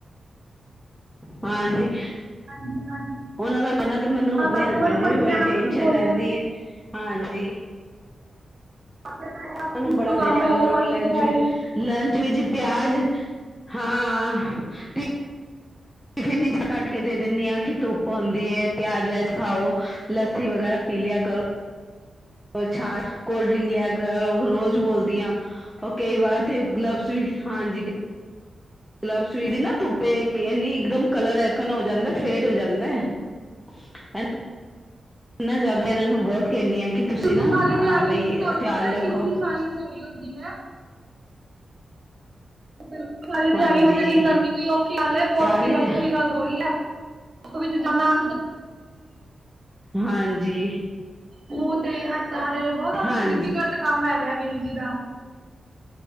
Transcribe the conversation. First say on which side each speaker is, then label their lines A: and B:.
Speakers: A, in the centre; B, on the right.
A: ਹਾਂਜੀ।
B: ਹਾਂਜੀ- ਹਾਂਜੀ।
A: ਉਹ ਦਾ ਕਹਿਣਾ ਤੇ ਮੈਨੂੰ
B: ਤਾਂ
A: ਆਪਣੇ
B: ਕਰਕੇ
A: ਹਸਬੈਂਡ
B: ਮੈਂ ਤੇ
A: ਦੀ
B: ਮੈਮ
A: ਵੀ ਬੜੀ ਟੈਨਸ਼ਨ
B: ਨੂੰ ਵੀ ਬੋਲਿਆ
A: ਰਹਿੰਦੀ ਹੈ ਹਾਂਜੀ।
B: ਕੰਮ
A: ਸੂੰ ਬੜਾ ਦੇਰਿਆ
B: ਹੈਗਾ
A: ਕਰੋ
B: ਸਾਰੀ
A: ਲੰਚ
B: ਦਿਹਾੜੀ
A: ਵਿੱਚ ਲੰਚ ਵਿੱਚ ਪਿਆਜ ਹਾਂ ਠੀਕ ਟਿਫਿਨ ਵਿੱਚ ਕੱਟ ਕੇ ਦੇ ਦਿੰਦੀ ਹਾਂ ਕਿ ਧੁੱਪ ਹੁੰਦੀ ਹੈ ਪਿਆਜ਼ ਵਿਆਜ ਖਾਓ ਲੱਸੀ ਵਗੈਰਾ ਪੀ ਲਿਆ ਕਰੋ। ਉਹ ਛਾਂ ਕੋਲਡ ਡਰਿੰਕ ਲਿਆ ਕੇ ਰੋਜ਼ ਬੋਲਦੀਆਂ ਉਹ ਕਈ ਵਾਰ ਤੇ ਗਲਬਸ ਵੀ ਹਾਂਜੀ ਗਲਬਸ ਵੀ ਦੀ ਨਾ ਧੁੱਪੇ ਨੀ ਇੱਕ ਦਮ ਕਲਰ ਐਕਨ ਹੋ ਜਾਂਦਾ ਫੇਡ ਹੋ ਜਾਂਦਾ। <unintelligible> ਨਾ ਜ਼ਿਆਦਾ ਇਹਨਾਂ ਨੂੰ ਬਹੁਤ ਕਹਿੰਦੀ ਆ ਕਿ
B: ਬਿਲਕੁਲ
A: ਤੁਸੀਂ ਨਾ
B: ਸਾਰੀ ਦਿਹਾੜੀ
A: ਬਈ
B: ਤੁਹਾਨੂੰ
A: ਧਿਆਨ
B: ਪਤਾ ਹੈ
A: ਰੱਖੋ।
B: ਇਤਨੀ ਸਾਰੀ ਦਿਹਾੜੀ ਹੁੰਦੀ ਹੈ ਬਿਲਕੁਲ ਸਾਰੀ
A: ਹਾਂਜੀ
B: ਦਿਹਾੜੀ ਮੈਂ ਕਟਿੰਗ ਕਰਨੀ ਕੋਈ ਔਖੀ ਗੱਲ ਹੈ ਬਹੁਤ
A: ਸਾਰੇ
B: ਔਖੀ ਗੱਲ
A: ਦੇ
B: ੀ ਗੱਲ ਥੋੜੀ ਹੈ ਸਵਿਧਾ ਜ
A: ਹਾਂਜੀ
B: ਮੂੰਹ ਤੇ ਹਾਂਜੀ ਤਾਂ ਤੇ ਬਹੁਤ ਜ਼ਿਆਦਾ
A: ਹਾਂਜੀ
B: ਡਿਫੀਕਲਟ ਕੰਮ ਹੈ ਵੀਰ ਜੀ ਦਾ